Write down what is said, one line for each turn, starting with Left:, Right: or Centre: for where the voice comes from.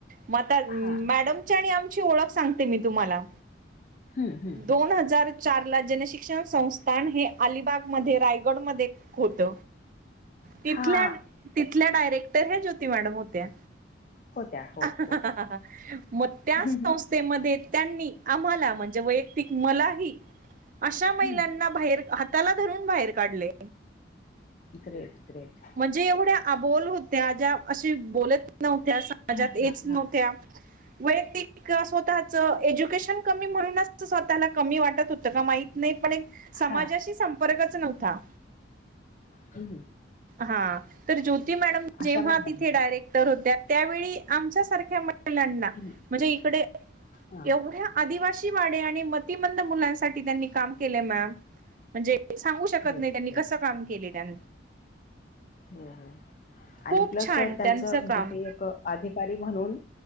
Right: मग आता
Left: हा
Right: मॅडमची आणि आमची ओळख सांगते मी तुम्हाला.
Left: हम्म हम्म
Right: दोन हजार. चार ला जनशिक्षण संस्थान हे अलिबाग मध्ये रायगड मध्ये होत. तिथल्या
Left: हा
Right: -तिथल्या डायरेक्टर ह्या ज्योती मॅडम होत्या.
Left: होत्या हो
Right: <inaudible>
Left: हो
Right: मग त्या
Left: हम्म
Right: संस्थेमध्ये
Left: हम्म
Right: त्यांनी आम्हाला म्हण वैयक्तिक मलाही अशा महिलांना
Left: हम्म
Right: बाहेर हाताला धरून बाहेर काढले.
Left: ग्रेट ग्रेट
Right: म्हणजे एवढ्या अबोल होत्या ज्या अशी बोलत नव्हत्या समाजात
Left: हा
Right: येत
Left: हा
Right: नव्हत्या.
Left: हा
Right: ह वैयक्तिक स्वतःच एज्युकेशन कमी म्हणूनच स्वतःला कमी वाटतंहोतं का माई नाही पण एक समाजाशी
Left: हा
Right: संपर्कच नव्हता.
Left: ह
Right: हा तर ज्योती मॅडम जेव्हा
Left: अशा मध्ये
Right: तिथे डायरेक्टर होत्या त्यावेळी आमच्या सारख्या महिल्यांना
Left: हम्म
Right: म्हणजे इकडे
Left: हा
Right: एवढ्या आदिवासी वाडे आणि मतिमंद मुलांसाठी त्यांनी काम केले मॅम म्हणजे सांगू शकत
Left: ग्रेट
Right: नाही त्यांनी कसं
Left: ग्रेट
Right: काम केले त्यां
Left: हो
Right: खूप
Left: आणि प्लस
Right: छान
Left: त्यांचं म्हणजे
Right: काम
Left: ते एक अधिकारी म्हणून